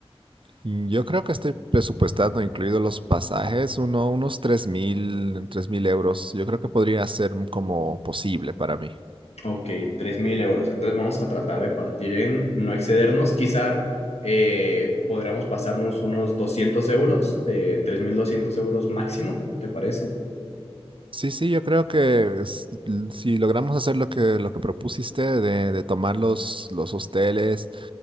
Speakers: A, on the right (about 55°); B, on the left (about 80°).
A: Mm, Yo creo que estoy presupuestando, incluidos los pasajes, uno, unos tres mil, tres mil euros. Yo creo que podría ser como posible para mí.
B: Ok, 3.000 euros. Entonces vamos a tratar de partir en no excedernos. Quizá eh, podríamos pasarnos unos 200 euros, de 3.200 euros máximo, ¿te parece?
A: Sí, sí, yo creo que s- l- si logramos hacer lo que, lo que propusiste de, de tomar los, los hosteles,